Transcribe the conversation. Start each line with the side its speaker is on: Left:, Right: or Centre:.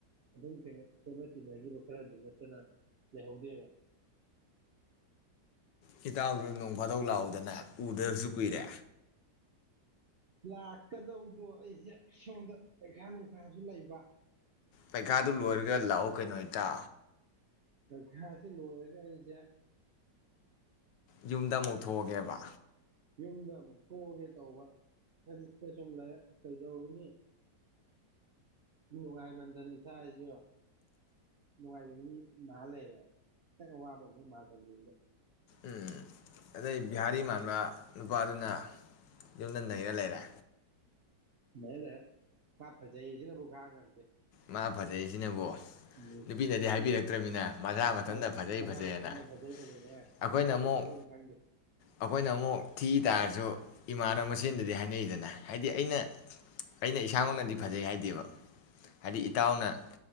Right: ꯑꯗꯨꯝ ꯀꯩꯅꯣ ꯁꯣꯠꯅ ꯇꯤꯟꯅꯈꯤꯕ ꯈꯔꯗꯨ ꯅꯠꯇꯅ ꯂꯩꯍꯧꯗꯦꯕ
Left: ꯀꯤꯇꯥꯕ ꯌ ꯂꯣꯡ ꯃꯙꯧ ꯂꯥꯛꯎꯗꯅ ꯎꯗꯕꯁꯨ ꯀꯨꯏꯔꯦ
Right: ꯂꯥꯛꯀꯗꯧꯗꯣ ꯑꯩꯁꯦ ꯁꯣꯝꯗ ꯄꯩꯈꯥ ꯅꯨꯡꯈꯥꯁꯨ ꯂꯩꯕ
Left: ꯄꯩꯈꯥꯗꯨ ꯂꯣꯏꯔꯒ ꯂꯥꯛꯑꯣ ꯀꯩꯅꯣꯗ ꯇ
Right: ꯈꯁꯤ ꯂꯔꯖ
Left: ꯌꯨꯝꯗ ꯑꯃꯨꯛꯊꯣꯛꯑꯒꯦꯕ
Right: ꯌꯨꯝꯗ ꯑꯃꯨꯛ ꯊꯣꯛꯑꯒꯦ ꯇꯧꯕ ꯍꯥꯏ ꯁꯨꯝ ꯂꯩ ꯀꯩꯗꯧꯔꯨꯅꯤ ꯃꯤ ꯋꯥꯥꯏꯕꯟꯗꯅꯤ ꯏꯁꯁꯤꯁꯨ ꯅꯨꯡꯉꯥꯏꯕ ꯃꯤ ꯃꯍꯥ ꯂꯩꯔꯦ ꯈꯤꯇꯪ ꯑꯋꯥꯕ ꯑꯃꯨꯛ ꯃꯥꯥꯜ ꯊꯪꯖꯕꯗꯣ
Left: ꯎꯝ ꯑꯗꯩ ꯕꯤꯍꯥꯔꯤ ꯃꯥꯟꯕ ꯅꯨꯄꯥꯗꯨꯅ ꯌꯨꯝꯗ ꯅꯩꯔ ꯂꯩꯔꯦ
Right: ꯃꯅꯦ ꯃꯥ ꯐꯖꯩꯁꯤꯅꯕꯨ ꯈꯔ ꯉꯝꯗꯦ
Left: ꯃꯥ ꯐꯖꯩꯁꯤꯅꯕꯣ
Right: ꯎꯝ
Left: ꯅꯨꯄꯤꯅꯗꯤ ꯍꯥꯏꯕꯤꯔꯛꯇ꯭ꯔꯕꯅꯤꯅ
Right: ꯑꯗꯨꯒ
Left: ꯃꯁꯥ ꯃꯊꯟꯇ
Right: ꯍꯣꯏ
Left: ꯐꯖꯩ
Right: ꯃꯁꯥ
Left: ꯐꯖꯩꯑꯅ
Right: ꯃꯊꯟꯇ ꯐꯖꯩ ꯐꯖꯩ ꯃꯉꯥꯏ
Left: ꯑꯩꯈꯣꯏꯅ
Right: ꯇꯨꯐꯝ
Left: ꯑꯃꯨꯛ
Right: ꯆꯥꯐꯝ ꯈꯪꯗꯦ
Left: ꯑꯩꯈꯣꯏꯅ ꯑꯃꯨꯛ ꯊꯤ ꯇꯥꯔꯁꯤ ꯁ ꯏꯃꯥꯅꯕ ꯃꯆꯦꯟꯗꯗꯤ ꯍꯥꯏꯅꯩꯗꯅ ꯍꯥꯏꯗꯤ ꯑꯩꯅ ꯑꯩꯅ ꯏꯁꯥꯃꯛꯅꯗꯤ ꯐꯖꯩ ꯍꯥꯏꯗꯦꯕ ꯍꯥꯏꯗꯤ ꯏꯇꯥꯎꯅ